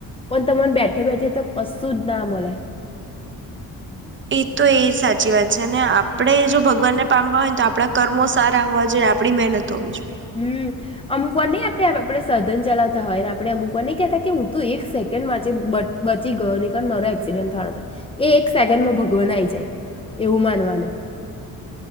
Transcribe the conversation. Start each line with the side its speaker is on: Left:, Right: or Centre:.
Left: પણ તને બેઠે બેઠે તો કશું જ ના મળ
Right: એ તો એ સાચી વાત છે અને આપણેે જો ભગવાનને પામવા હોય ને તો આપણા કર્મો સારા હોવા જોઈએ આપણી મહેનત તોવી જોઈ <inaudible>
Left: હમ અમુક વાર નહ આપણે આપણે સધન ચલાવતા હોય ને આપણે અમુક વાર નહી કહેતા કે હું તોું એક સેકન્ડ માંચ બચી ગયો નહી કાર મારો એક્સિડન્ટ થો થાય એ એક સેકન્ડ માં ભગવાન આઈ જાય એવું માનવાનું